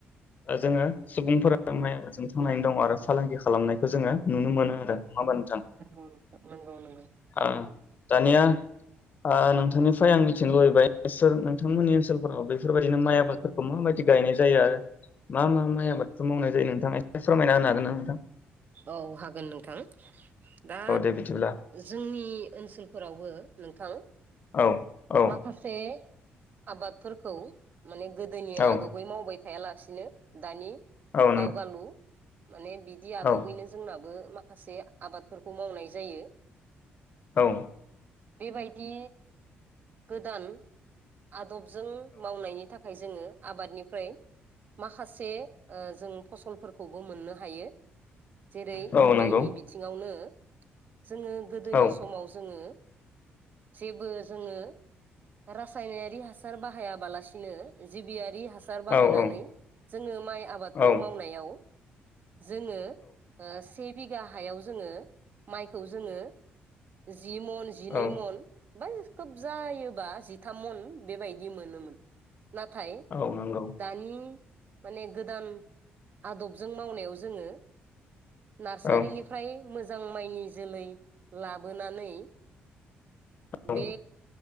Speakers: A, on the left; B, on the right.
A: ओ जोङो सुबुंफोरा माइ आबादजों थांनानै दं आरो फालांगि खालामनायखौ जोङो नुनो मोनो आरो नङा होमबा थां,
B: नंगौ नोंथां नंगौ नंगौ
A: ओ दानिया ओ नोंथांनिफ्राय आं थिनो लुबैबाय सोर नोंथांमोननि ओनसोलफोराव बेफोरबायदिनो माइ आबादफोरखौ माबायदि गायनाय जा जायो आरो मा मा माइ आबादखो मावनाय जायो नों नोंथाङा एसे फोरमायना होनो हागोनना नोंथां?
B: औ हागोन नोंथां। दा
A: औ दे बिदिब्ला
B: जोंनि ओनसोलफोरावबो नोंथां
A: औ औ
B: माखासे आबादफोरखौ माने गोदोनि
A: औ
B: आदबै मावबाय थायाला सिनो दानि
A: औ नंगौ
B: दावगालु माने बिदि
A: औ
B: दबैनो
A: औ
B: जोंनाब बो माखासे आबादफोरखौ मावनाय जायो।
A: औ
B: बेबायदि गोदान आदब जों मावनायनि था थाखाय जोङो आबादनिफ्राय माखासे ओ जों फसलफोरखौबो मोननो हायो जेरै
A: औ नंगौ
B: माइनि बिथिङावनो जोङो गोदोनि
A: औ
B: समाव जोङो जेबो जोङो रासायनारि हासार बाहायाबालासिनो जिबियारि हासार बायनानै
A: औ औ
B: जोङो माइ आबादखौ
A: औ
B: मावनायाव जोङो से बिघा हायाव जोंङो माइखौ जोंङो जि मन जिनै
A: औ
B: मन बा खोब जायोबा जि थाम मन बेबायदि मोनोमोन नाथाय
A: औ नंगौ
B: दानि माने गोदान आदबजों मावनायाव जोङो नार्सारिनिफ्राय
A: औ
B: मोज मोजां माइनि जोलै लाबोनानै
A: औ
B: बे